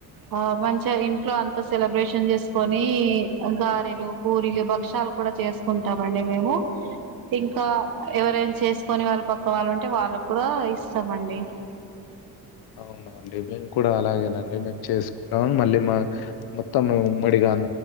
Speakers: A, on the right (about 65°); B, on the left (about 75°).
A: ఆ మంచిగా ఇంట్లో అంతా సెలబ్రేషన్ చేసుకొని గారెలు పూరీలు భక్ష్యాలు కూడా చేసుకుంటామండి మేము ఇంకా ఎవరైనా చేసుకొని వాళ్ పక్క వాళ్ళు ఉంటే వాళ్ళకూడా ఇస్తామండి
B: అవునా ఆండి మేము కూడా అలాగేనండి మేము చేసుకుంటాము మళ్ళీ మా మొత్తం మే ఉమ్మడిగా